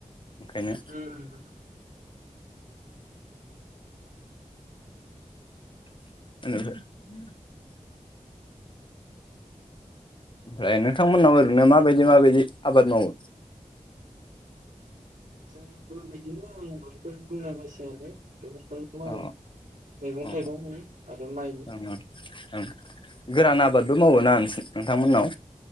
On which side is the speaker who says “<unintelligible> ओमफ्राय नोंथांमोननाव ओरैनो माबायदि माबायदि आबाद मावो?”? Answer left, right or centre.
Left